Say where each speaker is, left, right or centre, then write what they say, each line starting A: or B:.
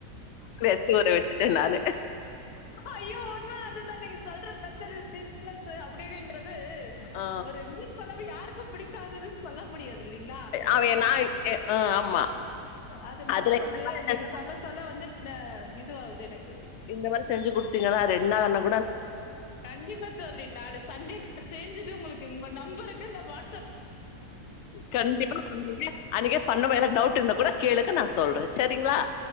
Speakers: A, on the left (about 65°); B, on the left (about 85°).
A: அரிசி ஊர வச்சுட்ட நானு
B: ஐயோ உண்ம அதுதா நீங்க சொல்ற மெத்தடு திக்னஸு அப்டி இப்டின்றது
A: ஆ
B: ஒரு மீன் கொலம்பு யாருக்கு புடிக்காதுதுனு சொல்ல முடியாது இல்லீங்ளா
A: அவ
B: ஆனா
A: நா ஆ ஆமா
B: அதனால
A: அதுல
B: கொஞ்சே
A: இந்த மாரி செஞ்சா
B: நீங்க சொல்ல சொல்ல வந்து ஆ இது ஆவுது எனக்கு
A: இந்த மாறி செஞ்சு கொடுத்தீங்கனா ரெண்ணாள் ஆனாலு
B: கண்டிப்பா தோழி நானு சண்டே சேஞ்சுட்டு ஒங்ளுக்கு ஒங்க நம்பருக்கு நா வாட்
A: கண்டிப்பா பண்ணுங்க அன்னைகே பண்ணப்ப எதுனா டவுட் இருந்தா கூட கேளுங்க நா சொல்ற சேரீங்ளா